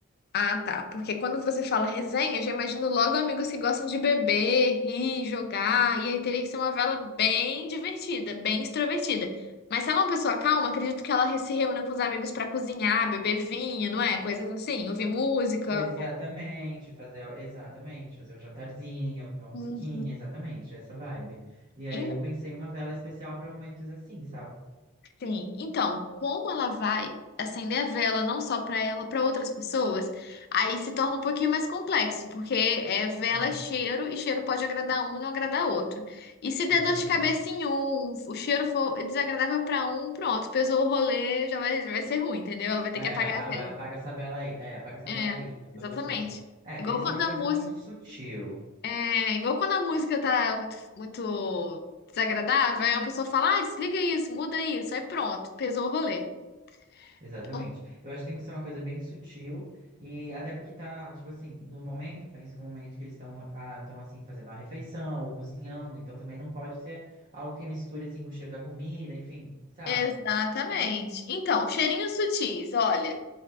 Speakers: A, on the left; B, on the right.
A: Ah, tá. Porque quando você fala resenha, eu já imagino logo amigos que gostam de beber, rir, jogar. E aí teria que ser uma vela bem divertida, bem extrovertida. Mas se ela é uma pessoa calma, acredito que ela se reúna com os amigos pra cozinhar, beber vinho, não é? Coisas assim, ouvir música.
B: Exatamente, fazer, exatamente, fazer um jantarzinho, ouvir uma musiquinha,
A: Uhum.
B: exatamente, essa vibe. E
A: En-
B: aí eu pensei em uma vela especial para momentos assim, sabe?
A: Sim. Então, como ela vai acender a vela não só para ela, para outras pessoas, aí se torna um pouquinho mais complexo, porque é vela,
B: Hum,
A: é cheiro, e cheiro pode agradar um e não agradar outro. E se der
B: exatamente.
A: dor de cabeça em um, o cheiro for desagradável para um, pronto, pesou o rolê, já vai, já vai ser ruim, entendeu? Ela vai ter
B: É,
A: que apagar
B: ah,
A: a vela.
B: vai, apaga essa vela aí. É, apaga essa
A: É,
B: vela aí, que eu não
A: exatamente.
B: tô gostando. É,
A: Igual
B: tem que ser
A: quando
B: uma
A: a
B: coisa
A: música.
B: muito sutil.
A: É igual quando a música tá muito, muito desagradável, aí uma pessoa fala, ah, desliga isso, muda isso, aí pronto, pesou o rolê.
B: Exatamente.
A: Então,
B: Eu acho que tem que ser uma coisa bem sutil e até porque tá, tipo assim, no momento, penso que é o momento que eles estão ah, estão assim fazendo a refeição ou cozinhando, então também não pode ser algo que misture assim com o cheiro da comida, enfim, sabe?
A: Exatamente. Então, cheirinhos sutis, olha,